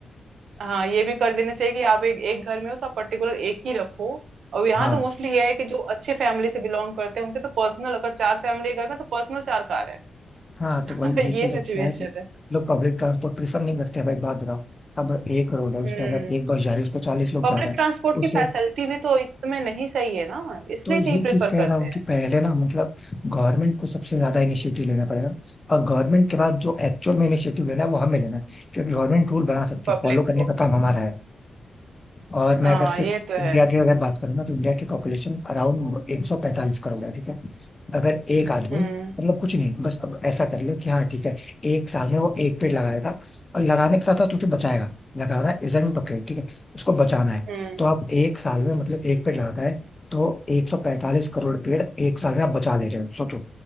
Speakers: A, on the right; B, on the left.
A: हाँ ये भी कर देना चाहिए कि आप एक एक घर में हो तो आप पर्टिकुलर एक ही रखो और यहाँ
B: हाँ
A: तो मोस्टली ये है कि जो अच्छे फैमिली से बिलोंग करते हैं उनके तो पर्सनल अगर चार फैमिली घर में तो पर्सनल चार कार है
B: हाँ तो
A: <laughs>
B: वही
A: ये
B: ये चीज
A: सिचुएशन
B: लगता है कि
A: है
B: लोग पब्लिक ट्रांसपोर्ट प्रीफर नहीं करते हैं। भाई बात बताओ अब एक रोड है उस
A: हम्म
B: पर अगर एक बस जा रही है उस पर चालीस लोग
A: पब्लिक
B: जा रहे हैं
A: ट्रांसपोर्ट
B: उससे
A: की फैसिलिटी भी तो इस समय नहीं सही है ना इसलिए
B: तो यही
A: नहीं प्रेफर
B: चीज कह
A: करते
B: रहा हूँ
A: हैं
B: कि पहले ना मतलब गवर्नमेंट को सबसे ज्यादा इनिशिएटिव लेना पड़ेगा और गवर्नमेंट के बाद जो एक्चुअल में इनिशिएटिव लेना है वो हमें लेना है क्योंकि गवर्नमेंट रूल बना सकती
A: पब्लिक
B: है फॉलो करने
A: को
B: का काम हमारा है और मैं
A: हाँ
B: अगर सिर्फ
A: ये तो
B: इंडिया
A: है
B: की अगर बात करूँ ना तो इंडिया की पॉपुलेशन अराउंड 145 करोड़ है ठीक है अगर एक आदमी
A: हम्म
B: मतलब कुछ नहीं बस अब ऐसा कर ले कि हाँ ठीक है एक साल में वो एक पेड़ लगाएगा और लगाने के साथ साथ उसे बचाएगा लगाना इजंट ओके ठीक है उसको बचाना है
A: हम्म
B: तो आप एक साल में मतलब एक
A: हम्म
B: पेड़ लगाता है तो 145 करोड़ पेड़ एक साल में आप बचा ले रहे हो सोचो